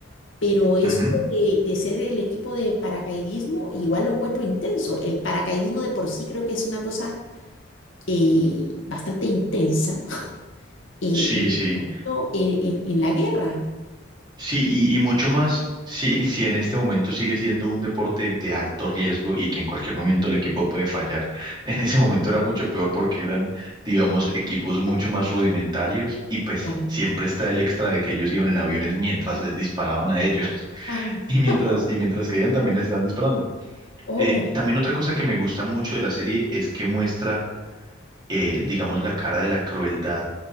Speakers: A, on the left; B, on the right.
A: Pero esto
B: ujú.
A: de, de ser el equipo de paracaidismo, igual lo encuentro intenso. El paracaidismo de por sí creo que es una cosa eh, bastante intensa <laughs> eh,
B: Sí,
A: y
B: sí.
A: no en, en- en la guerra.
B: Sí, y, y mucho más si, <laughs> si en este momento sigue siendo un deporte de alto riesgo y que en cualquier momento el equipo puede fallar. <laughs> En ese momento era mucho peor porque eran, digamos, equipos mucho más rudimentarios y pues
A: Claro.
B: siempre está el extra de que ellos iban en aviones mientras les disparaban a ellos <laughs>
A: Ah,
B: y mientras,
A: <laughs>
B: y mientras caían también les estaban disparando.
A: oh,
B: Eh, también otra cosa que me gusta mucho de la serie es que muestra, eh, digamos, la cara de la crueldad